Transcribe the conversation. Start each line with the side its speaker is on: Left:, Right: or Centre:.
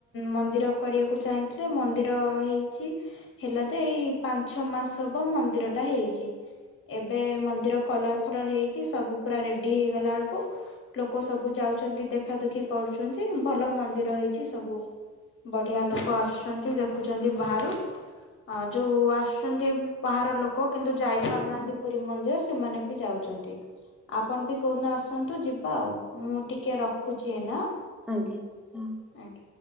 Left: ମନ୍ଦିର କରିବାକୁ ଚାହିଁଥିଲେ ମନ୍ଦିର ହେଇଛି ହେଲା ଦେ ଏଇ ପାଞ୍ଚ ଛ ମାସ ହବ ମନ୍ଦିର ଟା ହେଇଛି ଏବେ ମନ୍ଦିର କଲର। ଫଲର ହେଇକି ସବୁ ପୁରା ରେଡି ହେଇଗଲା ବେଳକୁ ଲୋକ ସବୁ ଯାଉଛନ୍ତି ଦେଖା ଦୁଖି କରୁଛନ୍ତି ଭଲ ମନ୍ଦିର ହେଇଛି ସବୁ ବଢିଆ ଲୋକ ଆସୁଛନ୍ତି ଦେଖୁଛନ୍ତି ବାହାରୁ ଆ ଯୋଉ ଆସ। ବାହାର ଲୋକ କିନ୍ତୁ ଯାଇ ପାରୁନାହାନ୍ତି
Centre: ହଁ
Left: ପୁରୀ ମନ୍ଦିର। ମାନେ। ବି ଯାଉଛନ୍ତି। ଆପଣ ବି କୋଉଦିନ ଆସନ୍ତୁ ଯିବା ଆଉ ମୁଁ ଟିକେ। ଟିକଏ ରଖୁଛି ଏନା।
Centre: ଆଜ୍ଞା ହୁଁ ।
Left: ଆଜ୍ଞା।